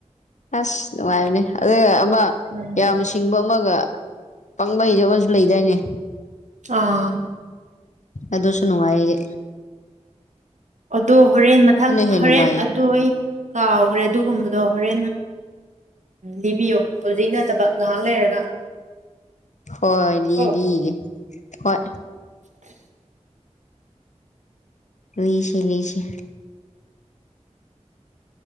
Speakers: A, on the left; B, on the right.
A: ꯑꯁ ꯅꯨꯡꯉꯥꯏꯕꯅꯦ ꯑꯗꯨꯒ ꯑꯃ
B: ꯎꯝ
A: ꯌꯥꯝ ꯁꯤꯡꯕ ꯑꯃꯒ ꯄꯪꯕ ꯍꯩꯗꯕ ꯑꯃꯁꯨ ꯂꯩꯗꯥꯏꯅꯦ
B: ꯑꯥ
A: ꯑꯗꯨꯁꯨ ꯅꯨꯡꯉꯥꯏꯌꯦ
B: ꯑꯗꯣ ꯍꯣꯔꯦꯟ ꯃꯊꯪ
A: ꯍꯦꯟꯅ
B: ꯍꯔꯦꯟ
A: ꯅꯨꯡꯉꯥꯏꯌꯦ
B: ꯑꯗꯨ ꯑꯩ ꯀꯥꯎꯒ꯭ꯔꯦ ꯑꯗꯨꯒꯨꯝꯕꯗꯣ ꯍꯣꯔꯦꯟ ꯂꯤꯕꯤꯌꯣ ꯍꯧꯖꯤꯛ ꯅꯠꯇꯕ ꯉꯥꯏꯍꯥꯛ ꯂꯩꯔ
A: ꯍꯣꯏ ꯂꯤꯕꯤꯒꯦ
B: ꯀꯣ
A: ꯍꯣꯏ
B: <inaudible>
A: ꯂꯤꯁꯤ ꯂꯤꯁꯤ